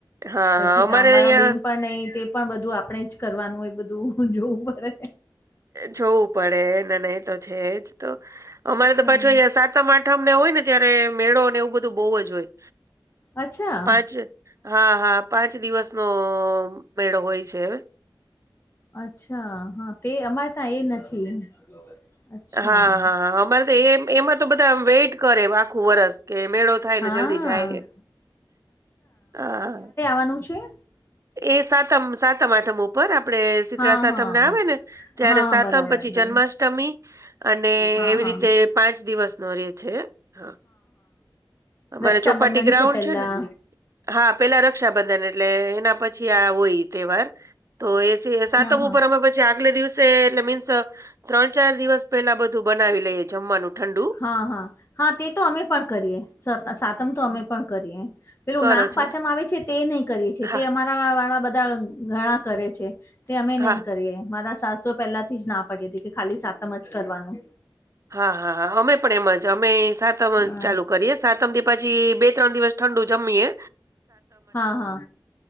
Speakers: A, on the right; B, on the left.
A: હા
B: પછી
A: હા અમારે
B: કામ વાળા
A: અહિયાં
B: બેન પણ નહી તે પણ બધું આપણે જ કરવાનું એ બધું જોવું પડે
A: જોવું પડે અને એ તો છે જ તો અમારે તો
B: હા
A: પાછું સાતમ આઠમ મને હોય ને ત્યારે મેળો ને એવું બધું બહુ જ હોય
B: અચ્છા
A: પાંચ હા હા પાંચ દિવસનો મેળો હોય છે
B: અચ્છા હા તે અમારે ત્યાં એ નથી અચ્છા
A: હા હા અમારે તો એ એમાં તો બધા વેટ કરે આખું વરસ કે મેળો થાયને
B: હા
A: જલ્દી જાય હા
B: આનું છે
A: એ સાતમ સાતમ આઠમ ઉપર આપડે શીતળા
B: હા
A: સાતમને
B: હા
A: આવે ને ત્યારે
B: હા
A: સાતમ
B: બરાબર
A: પછી જન્માષ્ટમી અષ્ટમી અને
B: હા
A: એવી
B: હા
A: રીતે પાંચ દિવસ નો રે છે હા અમારે
B: રક્ષાબંધન
A: ચોપાટી ગ્રાઉન્ડ
B: પેલા
A: છે ને હા પેલા રક્ષાબંધન એટલે એના પછી આ હોય તહેવાર તો એ સાતમ
B: હા હા
A: ઉપર અમે પછી આગલે દિવસે એટલે મીન્સ ત્રણ ચાર દિવસ પેલા બધું બનાવી લઈએ જમવાનું ઠંડુ
B: હા હા હા તે તો અમે પણ કરીએ સાતમ તો અમે પણ કરીએ પેલું
A: કરો
B: નનાગ
A: છો
B: પાંચમ
A: ને
B: માં આવે છે તે નહીં કરીએ છે
A: હા
B: તે અમારા વાળા બધા ઘણા કરે છે તે અમે
A: હા
B: નહી કરીએ મારા સાસુ પહેલાથી જ ના પડીએ હતી કે ખાલી સાતમ જ કરવાનું
A: હા હા હા અમે પણ એમાં અમે સાતમ
B: હા
A: ચાલુ કરીએ સાતમ થી પછી બે ત્રણ દિવસ ઠંડુ જમીયએ
B: હા હા